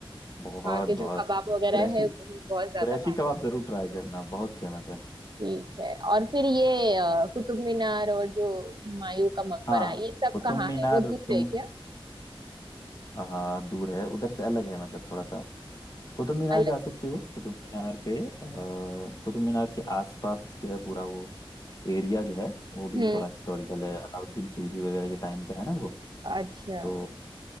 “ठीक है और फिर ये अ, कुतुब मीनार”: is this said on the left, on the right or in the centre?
Right